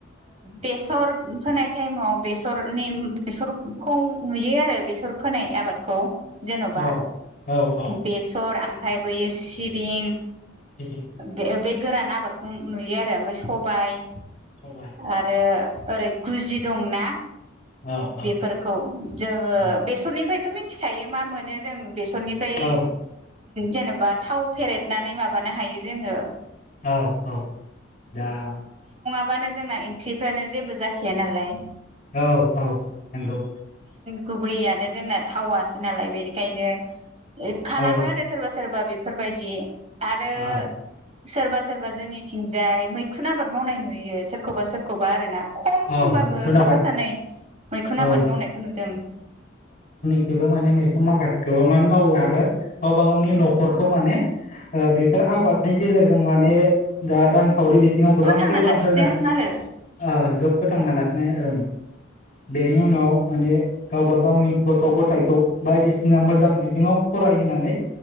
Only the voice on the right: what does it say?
बेसरफोर फोनाय टाइमाव बेसरनि बेसरखौ नुयो आरो बेसर फोनाय आबाद खौ जेन'बा
बेसर ओमफ्राय बैयो सिबिं
बे बे गोरान आबादखौ नुयो आरो ओमफ्राय सबाय
आरो
ओरै गुजि दंना
बेफोरखौ जोङो
बेसरनिफ्रायथ' मिथिखायो मा मोनो जों बे सरनिफ्राय
जेनेबा थाव फेरेदनानै माबानो हायो जोङो।
मानो जोंना ओंख्रिफ्रानो जेबो जाखया नालाय
गुबैयैयानो जोंना थावासो नालाय बेनिखायनो खालामो
आरो सोरबा। सोरबा बेफोरबायदि आरो
सोरबा सोरबा जोंनिथिंजाय मैखुन आबाद मावनाय नुयो। सोरखौबा सोरखौबा आरो ना खम
होनबाबो
साफा सानै मैखुन
आबाद मावनायखौ नुदों।
फोथांना
लाखिदों आरो